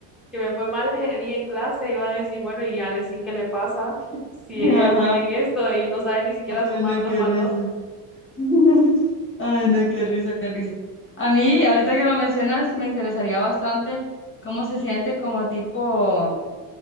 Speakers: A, in the centre; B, on the left.
A: que me fue mal ese día en clase, y van a decir, bueno, y Alexin, ¿qué le pasa? <laughs> Si
B: <laughs>
A: ella
B: Ajá.
A: es buena en esto y no sabe ni siquiera sumar
B: Ay, no,
A: dos
B: qué
A: más
B: risa.
A: dos.
B: <laughs> Ay, no, qué risa, qué risa. A mí, ahorita que lo mencionas, me interesaría bastante cómo se siente como tipo